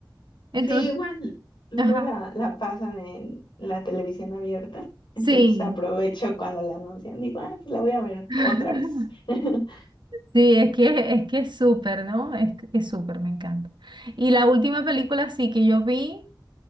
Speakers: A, on the right; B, on the left.
A: Entonces,
B: Sí, igual. Luego
A: ajá,
B: la, la pasan en la televisión abierta.
A: sí.
B: Entonces aprovecho cuando la anuncian. Digo, ah, pues la voy a ver
A: <laughs>
B: otra vez. <laughs>
A: Sí, es que es que es súper, ¿no? Es, que es súper, me encanta. Y la última película sí que yo vi.